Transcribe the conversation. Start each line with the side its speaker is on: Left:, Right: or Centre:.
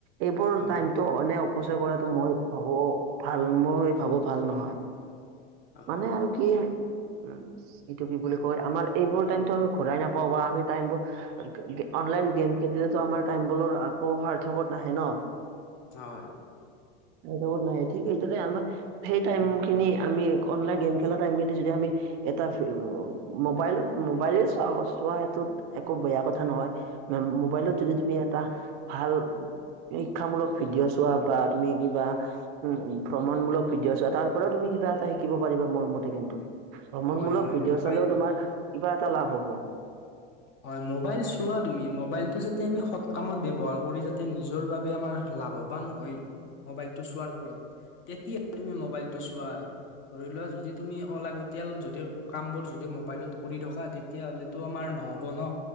Right: এইবোৰ
Left: হয়
Right: টাইমটো এনেই অপচয় কৰাটো মই ভাবো ভাল মই ভাবো ভাল নহয়।
Left: হয়
Right: মানে
Left: হয়
Right: আৰু কি উম এইটো কি বুলি কয় আমাৰ এইবোৰ টাইমটো আমি ঘূৰাই নাপাওঁ বা আমি টাইমবোৰ <unintelligible> অনলাইন গেম খেলিলেটো আমাৰ টাইমবোৰ আকৌ সাৰ্থকত নাহে ন।
Left: হয়।
Right: সৰ্থকত নাহে ঠিক সেইদৰে আমাৰ সেই টাইমখিনি আমি অনলাইন গেম খেলা টাইমখিনি যদি আমি এটা মোবাইলত মোবাইলেই চাও তোমাৰ সেইটোত একো বেয়া কথা নহয় মোবাইলত যদি তুমি এটা ভাল শিক্ষামূলক ভিডিঅ' চোৱা বা তুমি কিবা উম ভ্ৰমণমূলক ভিডিঅ' চোৱা তাৰ পৰাও তুমি কিবা এটা শিকিব পাৰিবা মোৰ মতে কিন্তু ভ্ৰমণমূলক
Left: হয় হয়
Right: ভিডিঅ'
Left: মোবাইল
Right: চালেও তোমাৰ কিবা এটা লাভ হ'ব।
Left: হয় মোবাইল চোৱা তুমি মোবাইলটো যাতে সৎ কামত ব্যৱহাৰ কৰি যাতে নিজৰ বাবে আমাৰ লাভৱান হয়। ম'বাইলটো চোৱাৰ ফলত তেতিয়া তুমি মবাইলটো চোৱা আৰু ধৰি লোৱা যদি তুমি অলাগতিয়াল ততিয়াল যদি কামবোৰ যদি মোবাইলত কৰি থকা তেতিয়াহ'লেতো আমাৰ নহ'ব ন?